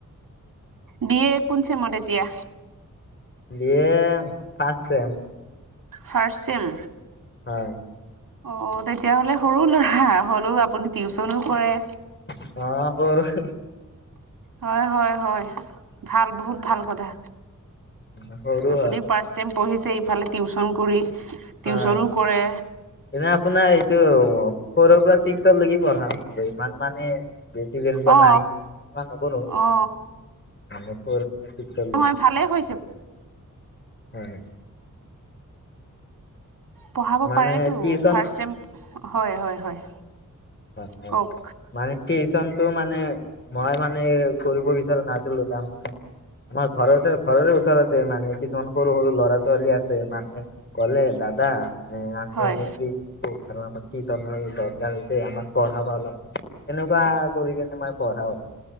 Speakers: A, on the right; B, on the left.
A: বিয়ে কোন চেমত এতিয়া?
B: B A first sem?
A: First sem.
B: হয়।
A: অ, তেতিয়াহলে সৰু ল'ৰা হ'লেও আপুনি টিউচনো কৰে।
B: অ, হ। <unintelligible>
A: হয়, হয়, হয়, ভাল বহুত ভাল কথা।
B: ম, সৰু
A: আপুনি
B: হয়।
A: ফাৰ্ষ্ট চেম পঢ়িছে ইফালে টিউশ্যন কৰি টিউচনো
B: হয়,
A: কৰে
B: এনে আপোনাৰ এইটো ফ'ৰৰ পৰা ছিক্স লৈকে পঢ়াও আৰু ইমান মানে বেছি <unintelligible>
A: অ
B: নাই <unintelligible> নকৰো নক
A: অ
B: <unintelligible> হয়,
A: নহয় ভালেই হৈছে
B: হয়।
A: পঢ়াব
B: মানে
A: পাৰেটো
B: টিউচন
A: ফাৰ্চ চেম হয়, হয়, হয়।
B: হয়, হয়,
A: কওক
B: মানে টিচন টো মানে মই মানে কৰিব বিচৰা নাছিলো তাৰমানে আমাৰ ঘৰতে ঘৰৰে ওচৰতে মানে কিছুমান সৰু সৰু ল'ৰা-ছোৱালী আ <unintelligible> মানে ক'লে দাদা উম, আমি
A: হয়
B: এনে <unintelligible> কিটশচনৰ দৰকাৰ হৈছে আমাক পঢ়াব অলপ এনেকুৱা কৰি কেনে মই পঢ়াওঁ আৰু